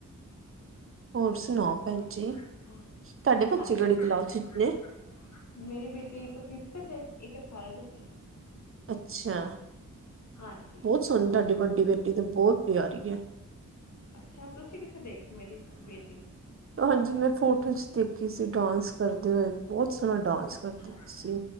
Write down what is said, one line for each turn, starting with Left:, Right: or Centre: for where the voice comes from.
Right: ਹੋਰ ਸੁਣਾਓ ਭੈਣ
Left: ਹੋਰ
Right: ਜੀ। ਤੁਹਾਡੇ ਬੱਚੇ
Left: ਹਾਂਜੀ
Right: ਕਿਹੜੀ
Left: ਵਧੀਆ
Right: ਕਲਾਸ ਚ ਨੇ?
Left: ਮੇਰੀ ਬੇਟੀ ਇੱਕ ਫਿਫਥ ਚ ਇੱਕ ਥਰਡ ਚ
Right: ਅੱਛਾ
Left: ਹਾਂਜੀ।
Right: ਬਹੁਤ ਸੋਹਣੀ ਤੁਹਾਡੀ ਵੱਡੀ ਬੇਟੀ ਤੇ ਬਹੁਤ ਪਿਆਰੀ ਹੈ।
Left: ਅੱਛਾ ਤੁਸੀਂ ਕਿੱਥੇ ਦੇਖ ਮੇਰੀ ਬੇਟੀ
Right: ਹਾਂਜੀ ਮੈਂ ਫੋਟੋ ਚ ਦੇਖੀ ਸੀ ਡਾਂਸ ਕਰਦੇ ਹੋਏ ਬਹੁਤ ਸੋਹਣਾ ਡਾਂਸ
Left: ਅੱਛਾ
Right: ਕਰਦੀ
Left: ਅੱਛਾ
Right: ਸੀ